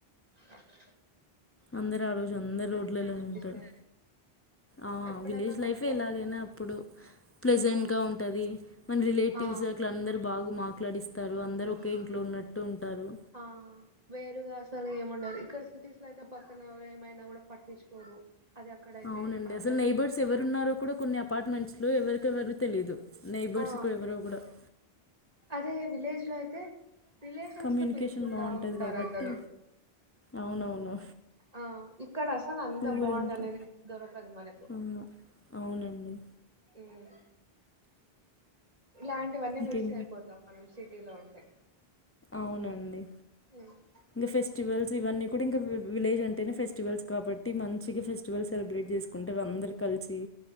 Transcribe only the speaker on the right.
తక్
లైఫ్
ఎప్పుడన్నా
మనం కష్ట
ఆ
ఆ
ఆ
ఆ వేరుగా అసలు ఏముండదు ఇక్కడ సిటీస్ లో అయితే పక్కన ఎవరు ఏమైనా కూడా పట్టించుకోరు అది అక్కడైతే
అందరూ
ఆ
అదే విలేజ్ లో అయితే రిలేషన్స్
తో పిలుచుకుంటా
ఉంటారు
అందరూ
ఆ ఇక్కడ అసలు అంత
బాండ్ అనేది దొరకదు మనకు
మ్మ్ ఇలాంటివన్నీ
మిస్ అయిపోతాం మనం సిటీలో ఉంటే
ఉమ్